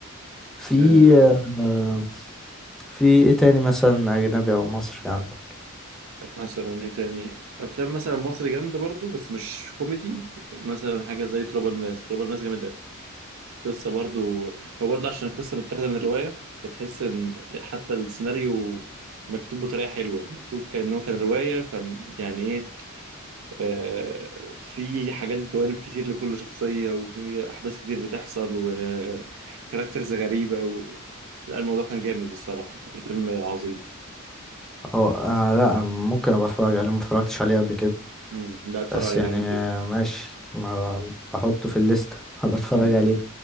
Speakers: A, in the centre; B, on the right.
A: في
B: آه
A: آه في ايه تاني مثلا اجنبي او مصري عندك
B: مثلا ايه تاني افلام مثلا مصري جامده برضو بس مش كوميدي مثلا حاجه زي تراب الماس تراب الماس جامد قصة برضو هو برضو عشان القصة متاخدة من الرواية فتحس إن حتى السيناريو مكتوب بطريقة حلوة مكتوب كأنه كان رواية ف يعني إيه آه في حاجات جوانب كتير لكل شخصية وفي أحداث كتير بتحصل وكاركترز غريبة و... لا الموضوع كان جامد الصراحة يعني فيلم عظيم
A: هو آه لا انا ممكن ابقى اتفرج عليه ما اتفرجتش عليه قبل كده
B: مم. لا اتفرج
A: بس
B: عليه
A: يعني
B: ده جامد
A: آه
B: جدا
A: ماشي ما بحطه في الليستة <laughs> هبقى اتفرج
B: مم.
A: عليه